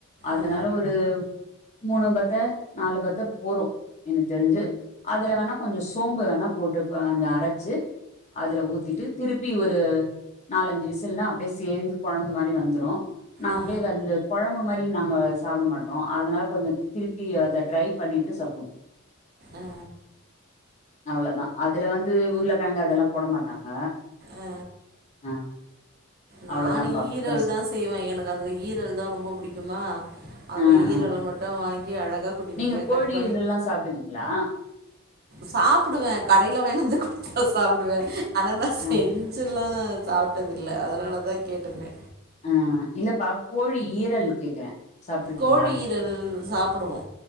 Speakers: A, on the left; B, on the right.
A: அதனால
B: ஆ
A: ஒரு மூனு பத்த நாலு பத்த போறு எனக்கு தெரிஞ்சு அதுல வேணா கொஞ்சோ சோம்பு வேணா போட்டு கொஞ்சோ அரைச்சு அதுல ஊத்திட்டு திருப்பி ஒரு நாலஞ்சு விசுல்னா அப்டியே சேந்து கொழம்பு மாரி வந்துரு நா
B: ஆ
A: அப்டியே வந்து கொழம்பு மாரி நாங்கோ சாப்பிட மாட்டோ அதனால கொஞ்சோ திருப்பி அத ட்ரை பண்ணிட்டு சாப்டோனு
B: ஆ
A: அவ்ளோதா அதுல வந்து உருளக்கெழங்கு அதெல்லா போட மாட்டாங்க
B: ஆ
A: ஆ
B: நானு
A: அவ்ளோதான்ப்பா
B: ஈரல்தா
A: ப்ராஸ்
B: செய்வ எனக்கு அதுல ஈரல்தா ரொம்ப புடிக்குமா அந்த
A: ஆ
B: ஈரல
A: ஆ
B: மட்டு வாங்கி அழகா குட்டி
A: நீங்க
B: குட்டியா
A: கோழி
B: கட்
A: ஈரல்லா சாப்டுவீங்களா
B: சாப்டுவே கடைல வாங்கினு வந்து குடுத்தா சாப்புடுவே ஆனா நா செஞ்சு
A: ஆ
B: ல்லா சாப்ட்டதில்லா அதனாலதா கேட்டனே
A: ஆ இல்லப்பா கோழி ஈரல் கேக்குறே சாப்ட்ருக்கீங்களான்ட்டு
B: கோழி ஈரல் சாப்புடுவோ